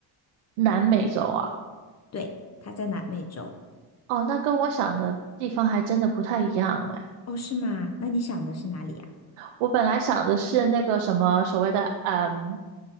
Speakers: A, on the right; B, on the left.
A: 南美洲啊。
B: 对，它在南美洲。
A: 哦，那跟我想的地方还真的不太一样哎。
B: 哦，是吗？那你想的是哪里呀？
A: 我本来想的是那个什么所谓的嗯，